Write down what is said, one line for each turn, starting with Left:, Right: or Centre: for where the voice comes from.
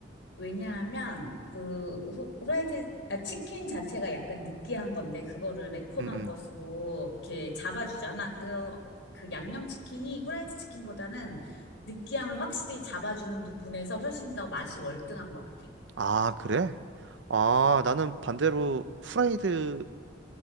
Left: 왜냐하면 그 후- 후라이드, 아, 치킨 자체가 약간 느끼한 건데 그거를 매콤한
Right: 음, 음.
Left: 것으로 이렇게 잡아주잖아. 그래서 그 양념치킨이 후라이드 치킨보다는 느끼함을 확실히 잡아주는 부분에서 훨씬 더 맛이 월등한 것 같아.
Right: 아, 그래? 아, 나는 반대로 후라이드를